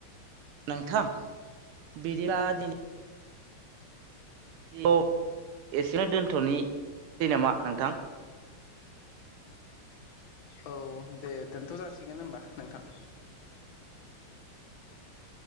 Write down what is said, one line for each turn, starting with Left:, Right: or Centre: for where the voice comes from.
Right: नोंथां बिदिला दिनै अ एसेनो दोन्थनिसै नामा नोंथां?
Left: औ दे दोनथ जासिगोन होमबा नोंथां।